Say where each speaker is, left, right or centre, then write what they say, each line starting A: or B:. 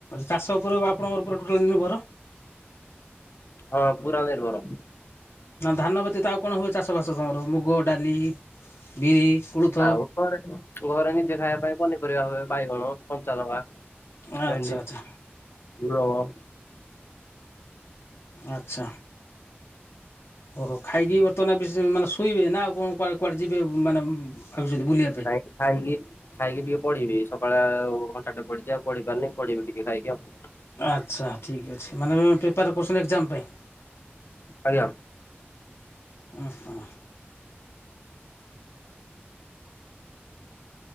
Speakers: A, on the left; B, on the left.
A: ଚାଷ ଉପରେ ଆପଣଙ୍କ ପୁରା ଟୋଟାଲ ନିର୍ଭର?
B: ହଁ ପୁରା ନିର୍ଭର।
A: ଆଉ ଧାନ ବ୍ୟତୀତ ଆଉ କଣ ହୁଏ। ଚାଷ ବାସ ତମର ମୁଗ, ଡାଲି, ବିରି। କୋଳଥ
B: ଆଉ ଘରେ ଘରେ ନିଜେ ଖାଇବା ପାଇଁ ପନିପରିବା ହୁଏ। ବାଇଗଣ, କଞ୍ଚାଲଙ୍କା।
A: ଆଚ୍ଛା
B: ଭେଣ୍ଡି
A: ଆଚ୍ଛା
B: ଝୁଡଙ୍ଗ।
A: ଆଚ୍ଛା। ଓ ହୋ ଖାଇକି ବର୍ତ୍ତମାନ ବେଶି ମାନେ ଶୋଇବେ। ନା ଆଉ କଣ କୁଆଡେ ଯିବେ ମାନେ ଭାବିଛନ୍ତି ବୁଲିବା ପାଇଁ
B: ଖାଇକି ଖାଇକି ଖାଇକି ଟିକେ ପଢିବି। ସ ସକାଳେ ଘଣ୍ଟାଟେ ପଢ଼ିଚି। ଆଉ ପଢି ପାରନି ପଢିବି ଟିକେ ଖାଇକି ଆଉ।
A: ଆଚ୍ଛା ଠିକ୍ ଅଛି। ମାନେ ପ୍ରିପାର୍ କରୁଚନ୍ତି ଏକ୍ଜାମ ପାଇଁ?
B: ଆଜ୍ଞା।
A: ଅଁ ହୋ।